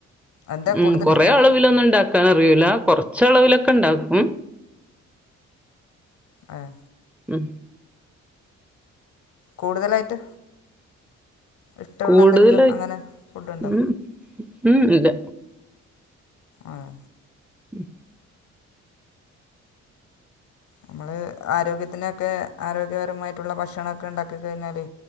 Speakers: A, on the left (about 70°); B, in the centre.
A: എന്താ
B: ഉം
A: കൂടുതലിഷ്ടം
B: കൊറെേ അളവിലൊന്നും ഇണ്ടാക്ക അറിയൂല കുറച്ച അളവിലൊക്കെ ണ്ടകും
A: ആഹ
B: ഉം
A: കൂടുതലായിട്ട് ഇഷ്ടമുള്ള
B: കൂടുതലായി
A: എന്തെങ്കിലും അങ്ങനെ ഫുഡ് ഉണ്ടോ
B: ഉം ഉം ണ്ട്
A: ആഹ
B: ഉം
A: നമ്മള് ആരോഗ്യത്തിനൊക്കെ ആരോഗ്യപരമായിട്ടുള്ള ഭക്ഷണൊക്കെ ഉണ്ടാക്ക കഴിഞ്ഞാല്